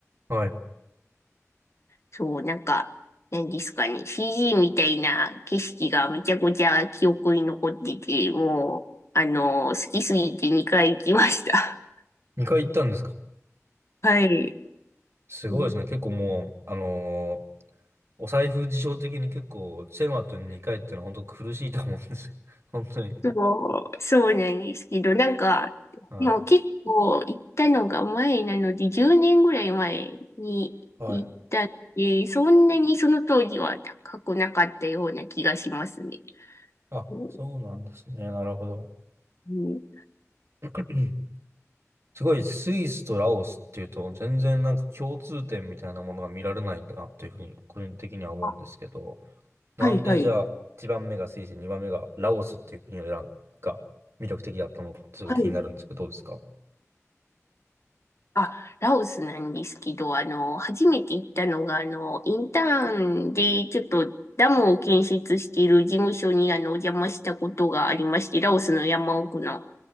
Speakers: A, on the right (about 55°); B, on the left (about 55°).
A: はい。
B: そう、なんか、何ですかね、CG みたいな景色がめちゃくちゃ記憶に残ってて、もう、あの、好きすぎて2回行きました。
A: 2回行ったんですか
B: <laughs> はい。
A: すごいですね。
B: うん
A: 結構もう、あのーお財布事情的に結構、チェルマットに2回っていうのは本当苦しいと思うんですよ。<laughs> 本当に。<laughs>
B: そう、そうなんですけど、なんか、
A: はい。
B: でも結構行ったのが前なので、10年ぐらい前に行ったって、
A: はい。
B: そんなにその当時は高くなかったような気がしますね。
A: あ、
B: うん、
A: そうなんですね。なるほど。
B: うん
A: <clears throat> すごいスイスとラオスっていうと、全然なんか共通点みたいなものが見られないんだなっていうふうに個人的には思うんですけど、
B: あ、
A: なんでじゃあ1番目がスイス、
B: はいはい。
A: 2番目がラオスっていう国を選んが魅力的だったのか、ちょっと気になるんですけど、
B: はい。
A: どうですか
B: あ、ラオスなんですけど、あの、初めて行ったのが、あの、インターンで、ちょっとダムを建設している事務所に、あの、お邪魔したことがありまして、ラオスの山奥の。